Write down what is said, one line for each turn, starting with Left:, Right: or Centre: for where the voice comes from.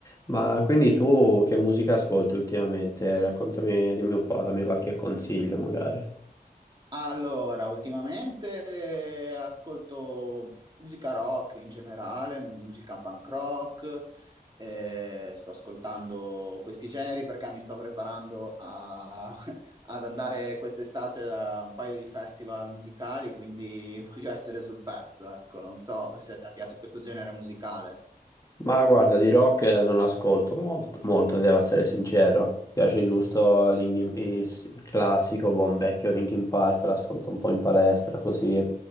Left: Ma quindi tu che musica ascolti ultimamente? Raccontami, dimmi un po', dammi qualche consiglio magari.
Right: Allora, ultimamente eh, ascolto musica rock in generale, musica punk rock, eh, sto ascoltando questi generi perché mi sto preparando a- <laughs> ad andare quest'estate a un paio di festival musicali, quindi <laughs> voglio essere sul pezzo, ecco, non so se a te piace questo genere musicale.
Left: Ma guarda, di rock non ascolto molto, molto, devo essere sincero. Mi piace giusto Linkin- is- il classico, buon vecchio Linkin Park, l'ascolto un po' in palestra così,